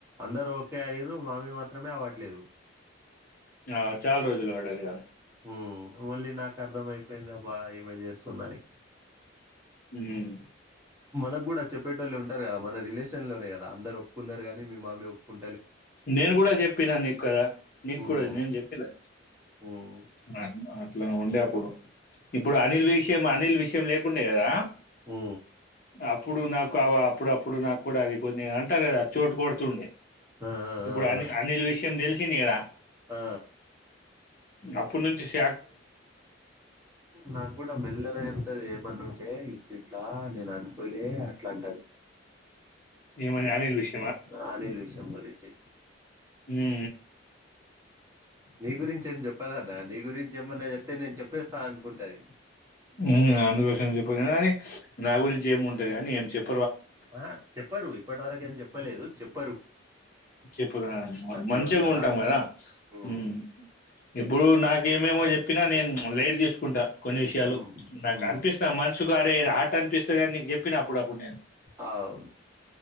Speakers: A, on the right; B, on the left.
A: అందరూ ఓకే అయ్యిరు మమ్మీ మాత్రమే అవట్లేదు.
B: ఆ చాల రోజులు బడ్డది గా ఆమె
A: మ్ మళ్ళి నాక్ అర్థం అయిపోయింది అబ్బా ఇప్ ఈమె జేస్తుందని
B: ఉ మ్మ్
A: మనకు గూడా చెప్పేటోల్లు ఉంటారు గాదా మన రిలేష్ షాన్ లో గాదా అందరు ఒప్పుకున్నారు. గానీ మీ మామీ ఒప్పుకుం
B: నేను కూడా చెప్పినా నీకు కదా నీకు
A: ఉమ్
B: కూడా నేను చెప్పలే
A: ఉమ్
B: ఆ ఉ ఇట్లా ఉండే అప్పుడు ఇప్పుడు అనిల్ విషయం అనిల్ విషయం లేకుండే గాదా
A: హ్
B: అప్పుడు నాకు కావా అప్పుడు అప్పుడు నాకు కూడా అది కొన్ని అంటారు. గాదా చోటు కొడుతుండే
A: ఆ ఆ
B: ఇప్పుడు అని
A: ఆ
B: అనిల్ విష టం దెలిసింది కదా
A: ఆ
B: అప్పుడు నుంచి స్
A: నాకు కూడా మెల్లగా <unintelligible> తది ఏ పని ఉంటే ఇట్ల ఇట్లా నేను అనుకోలే అట్లా అంటది.
B: ఏమనీ అనిల్ విష్
A: ఆ అనిల్ విషయం గురించి
B: హ్ హు
A: నీ గురించి ఏం జెప్పదాన్న నీ గురించి ఏమన్నా చెప్తే నేను చెప్పేస్తా అనుకుంటది.
B: హ్ ఆ అందుకోసమే జెప్పు <unintelligible> గాని నా గురించి ఏముంటది కాని ఏం చెప్పు
A: ఆ చెప్పరు ఇప్పటి వరకు ఏం జెప్పలేదు చెప్
B: చెప్పు రా మంచిగా
A: క్లోజ్ గదా!
B: ఉంటాం. గాదా
A: హ్మ్.
B: హ్ ఇప్పుడు నాకేమేమో చెప్పినా నేను లైట్ తీసుకుంటా కొన్ని విషయాలు
A: హ్మ్.
B: నాకు
A: హ్మ్.
B: అనిపిస్త మనస్ <unintelligible> అనిపిస్తది గాని నీకు జేప్పిన అప్పుడప్పుడు నేను
A: ఆవ్